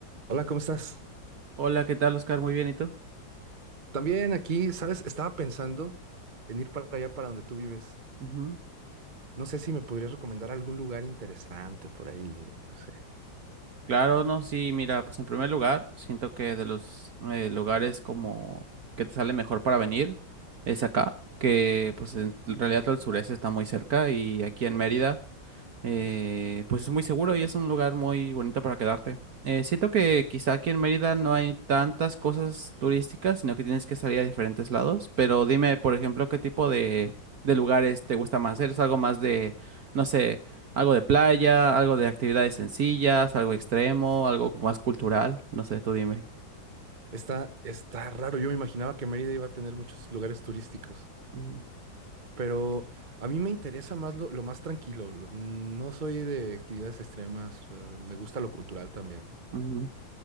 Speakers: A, on the right (about 30°); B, on the right (about 55°).
A: Hola, ¿cómo estás?
B: Hola, ¿qué tal, Oscar? Muy bien, ¿y tú?
A: También aquí, ¿sabes? Estaba pensando en ir para allá, para donde tú vives.
B: Ujú.
A: No sé si me podrías recomendar algún lugar interesante por ahí, no sé.
B: Claro, no, sí, mira, pues en primer lugar, siento que de los eh, lugares como que te sale mejor para venir es acá, que pues en realidad todo el sureste está muy cerca y aquí en Mérida. eh, pues es muy seguro y es un lugar muy bonito para quedarte. Eh, siento que quizá aquí en Mérida no hay tantas cosas turísticas, sino que tienes que salir a diferentes lados. Pero dime, por ejemplo, qué tipo de, de lugares te gusta más. ¿Eres algo más de, no sé, algo de playa, algo de actividades sencillas, algo extremo, algo más cultural? No sé, tú dime.
A: Está, está raro, yo me imaginaba que Mérida iba a tener muchos lugares turísticos,
B: Mm,
A: pero a mí me interesa más lo, lo más tranquilo. lo- mm, no soy de actividades extremas, eh, me gusta lo cultural también.
B: mm,